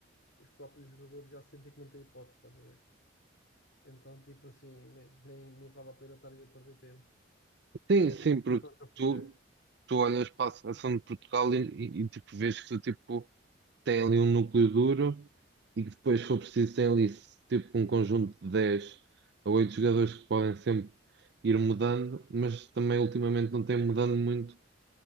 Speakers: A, on the left; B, on the right.
A: os próprios jogadores já sentem que não têm hipótese, estás a ver? Então, tipo assim, nem, nem, nem vale a pena estar aí a perder tempo.
B: Sim,
A: Foi essa
B: sim,
A: a sensação
B: porque
A: que eu fiquei.
B: tu, tu olhas para a seleção de Portugal e, e- e, tipo, vês que tipo. tem ali um núcleo duro e que depois, se for preciso, tem ali tipo um conjunto de dez a oito jogadores que podem sempre ir mudando, mas também ultimamente não tem mudado muito